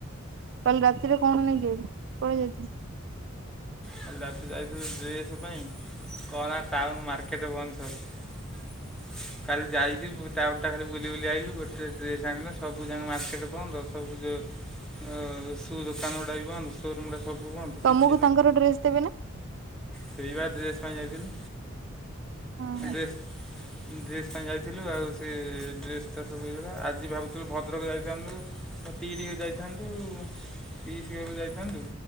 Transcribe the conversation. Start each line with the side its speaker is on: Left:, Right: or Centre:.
Right: କାଲି ରାତିରେ କଣ ନେଇକି କୁଆଡେ ଯାଇଥିଲୁ।
Centre: କାଲି ରାତି ଯାଇଥିଲୁ ଡ୍ରେସ୍ ପାଇଁ କହନା ଟାଉନ ମାର୍କେଟ ବନ୍ଦ ସବୁ। କାଲି ଯାଇକି ଟାଉନ ଖାଲି ବୁଲି ବୁଲି ଆଇଲୁ ଗୋଟେ ଡ୍ରେସ୍ ଆଣିଲୁ ସବୁ ଯାକେ ମାର୍କେଟ୍ ବନ୍ଦ ସବୁ ଅ ସବୁ ଦୋକାନ ଗୁଡା ବି ବନ୍ଦ ସୋରୁମ୍ ରା ସବୁ ବନ୍ଦ। କିଛି
Right: ତମକୁ ତାଙ୍କର ଡ୍ରେସ ଦେବେ ନା।
Centre: ସେଇପା ଡ୍ରେସ୍ ପାଇଁ ଯାଇଥିଲୁ
Right: ହୁଁ
Centre: ଡ୍ରେସ୍। ଡ୍ରେସ ପାଇଁ ଯାଇଥିଲୁ ଆଉ ସେ ଡ୍ରେସ ତ ସବୁ ଏଇଭଳିଆ ଆଜି ଭାବୁଥିଲୁ ଭଦ୍ରକ ଯାଇଥାନ୍ତୁ। ପଟିକି ଟିକେ ଯାଇଥାନ୍ତୁ ପିଇସି ଘରକୁ ଯାଇଥାନ୍ତୁ।